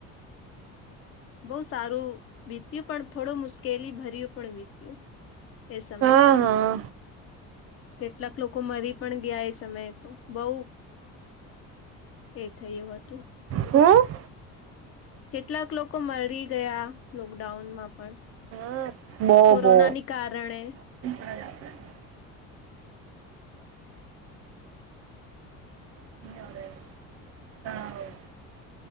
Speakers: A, on the left; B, on the right.
A: બહુ સારું વીત્યું, પણ થોડું મુશ્કેલી ભર્યું પણ વીત્યું એ સમય.
B: હા હા
A: કેટલાક લોકો મરી પણ ગયા એ સમયે તો બઉ એ થયું હતું.
B: હમ.
A: કેટલાક લોકો મરી ગયા લોકડાઉનમાં પણ
B: હા બો
A: કોરોનાની
B: બો
A: કારણે
B: <inaudible> <inaudible>